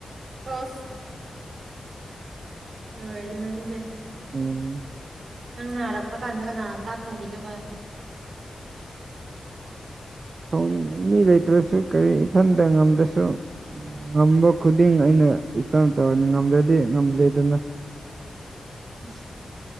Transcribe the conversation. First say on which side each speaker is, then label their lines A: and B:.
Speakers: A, on the right; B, on the right.
A: ꯑꯁ ꯂꯣꯢꯔꯦꯗꯅ ꯁꯤꯗꯤ
B: ꯎꯝ
A: ꯅꯪ ꯅꯥꯔꯛꯄ ꯀꯥꯟꯗ ꯀꯅꯥꯅ ꯆꯥꯛ ꯊꯣꯡꯕꯤꯗꯕ
B: ꯊꯣꯡ ꯃꯤ ꯂꯩꯇ꯭ꯔꯁꯨ ꯀꯔꯤ ꯏꯊꯟꯇ ꯉꯝꯗ꯭ꯔꯁꯨ ꯉꯝꯕ ꯈꯨꯗꯤꯡ ꯑꯩꯅ ꯏꯇꯝ ꯇꯧꯔꯅꯤ ꯉꯝꯗ꯭ꯔꯗꯤ ꯉꯝꯗ꯭ꯔꯦ ꯑꯗꯨꯅ
A: ꯏꯁ